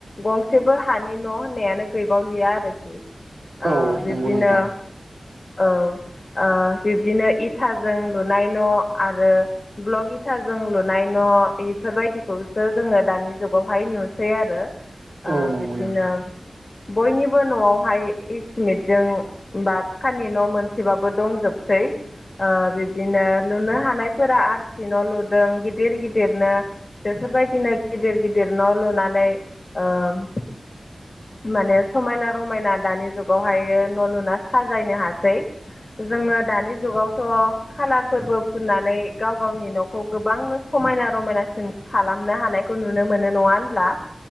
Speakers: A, on the left (about 45°); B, on the right (about 90°).
A: गंसेबो हानि न' होननायानो गैबावलिया आरोखि
B: औ
A: ओ बे
B: नंगौ
A: दिनो
B: नोंथां
A: औ ओ बिब्दिनो इथाजों लुनाय न' आरो ब्ल'इथाजों लुनाय न' इफोरबायदिखौसो जोङो दानि जुगावहाय नुसै आरो ओ
B: औ नंगौ
A: बिब्दिनो
B: नोंथां
A: बयनिबो न'आवहाय इ सिमिट जों बा फाखानि न' मोनसेबाबो दंजोबसै ओ बिब्दिनो लुनो हानायफोरा आरसि न' लुदों गिदिर गिदिरनो बेफोरबायदिनो गिदिर गिदिर न' लुनानै ओम माने समायना रमायना दानि जुगावहायो न' लुना साजायनो हासै जोङो दानि जुगावथ' खालारफोरबो फुननानै गाव गावनि न'खौ गोबांनो समायना रमायनासिन खालामनो हानायखौ नुनो मोनो नङा होनब्ला